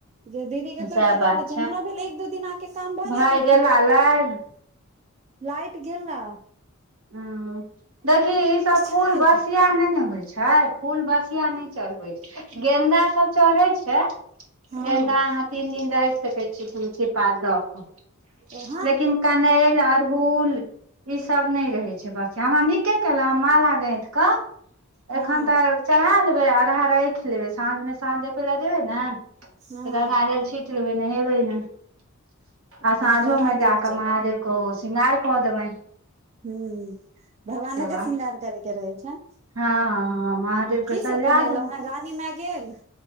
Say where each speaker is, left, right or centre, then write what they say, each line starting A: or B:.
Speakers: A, on the right (about 30°); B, on the right (about 75°).
A: जे दीदी के तोड़
B: सएह
A: कऽ
B: बात
A: दऽ द छै ने हमरा भेल एक दू दिन आके काम भऽ
B: भाय
A: जेतऽ ओय
B: गेला
A: फूल सऽ
B: लाइब
A: लाइट गेला
B: ह देखी ईसभ फूल
A: छै
B: बसिया नै ने होइ छै फूल बसिया नहि चढ़बै छै गेन्दा सब चढ़ै छै
A: हँ
B: गेंदा अहाँ तीन दिन रहि सकैत छीियै तुलसी पात दऽ कऽ।
A: हँ
B: लेकिन कनैल अरहुल। ई सब नहि रहे छै बसियाा हमरा नीके केल माला गाथिके
A: हँ
B: एखन तऽ चढ़ा लेबे अढ़ा रायख लेबै साँझ में साँझ देखेब लए जेबै ने त
A: हँ
B: गंगा जल छिट नहेबै नै आ सांझो
A: भगवान
B: में
A: जी
B: जाक
A: के चढ़ेबै
B: महादेव के सिगार क देबैन
A: हू भगवानो के
B: बात
A: श्रृंगार करै के रहै छनि
B: हँ हँ महादेव के
A: की
B: सजा
A: सब बनेलहुं
B: दहून
A: हें रानी मै गेल गेल।